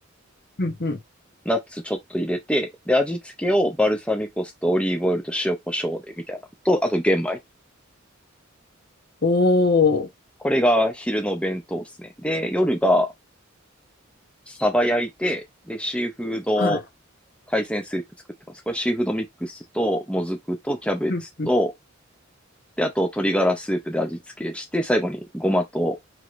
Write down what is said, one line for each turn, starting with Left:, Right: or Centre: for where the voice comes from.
Left: うんうん。
Centre: ナッツちょっと入れて、で、味付けをバルサミコ酢とオリーブオイルと塩コショウでみたいなのと、あと玄米。
Left: おー。
Centre: これが昼の弁当ですね。で、夜がサバ焼いて、で、シーフード
Left: はい。
Centre: 海鮮スープ作ってます。これシーフードミックスと、もずくと、キャベツと、
Left: うんうん。
Centre: で、あと鶏ガラスープで味付けして、最後にごまと、